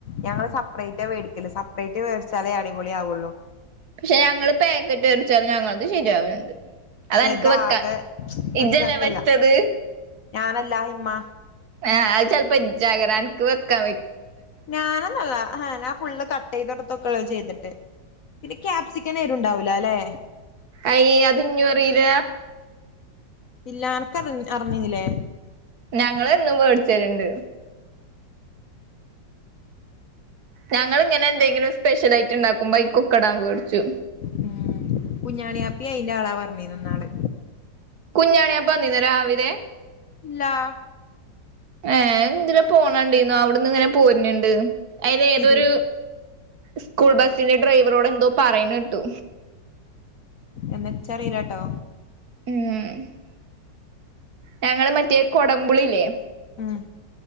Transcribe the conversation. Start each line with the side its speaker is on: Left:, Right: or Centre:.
Left: ഞങ്ങള് സെപ്പറേറ്റ് മേടിക്കല് സെപ്പറേറ്റ് മേടിച്ചാലേ അടിപൊളിയാവുള്ളു
Right: പക്ഷെ ഞങ്ങള് പാക്കറ്റ് എടിച്ചാലും ഞങ്ങളത് ശരിയാവണ്ട്
Left: പക്ഷെ
Right: അത എനിക്ക്
Left: ഇതാകെ
Right: വെക്കാ ഇജ്ജല്ലേ
Left: ഒരു രസല്ല
Right: വെച്ചത്
Left: ഞാനല്ല ഇമ്മ
Right: ആ അത് ചെൽപ്പോ ജാഗര അൻക്ക് വെക്കാ
Left: ഞാനന്നല്ല ആ ഞാഫുള്ള് കട്ട തോടത്തൊക്കെ ഉള്ള ചെയ്തിട്ട് പിന്നെ ക്യാപ്സിക്കൻ എരു ഉണ്ടാവൂലല്ലേ
Right: അയ് അത് ഇഞ്ഞും അറീല
Left: ഇല്ല അനക്ക് അറിഞ്ഞീന്നില്ലേ
Right: ഞങ്ങളെന്നും വേടിച്ചരുണ്ട് ഞങ്ങള് ഇങ്ങനെ എന്തെങ്കിലും സ്പെഷ്യൽയിട്ട് ഉണ്ടാക്കുമ്പോ ക്കൊക്കെടാൻ മേടിച്ചു
Left: ഉം കുഞ്ഞാണി ആപ്പി അയിൻ്റെ ആളാ പറഞ്ഞിന്നാള്
Right: <unintelligible> രാവിലെ
Left: ലാ
Right: ഏ ഇന്തില പോണണ്ടു അവിടന്ന് ങ്ങനെ പോരണ്ണ്ണ്ട് ഐ ലേതോരു
Left: സിധു
Right: സ്കൂൾ ബസിന്റെ ഡ്രൈവറോട് എന്തോ പറയിണേട്ടു
Left: എന്നച്ചറിലാട്ടോ
Right: ഉം ഞങ്ങള് മറ്റേ കൊടമ്പുളില്ലേ
Left: ആം ആ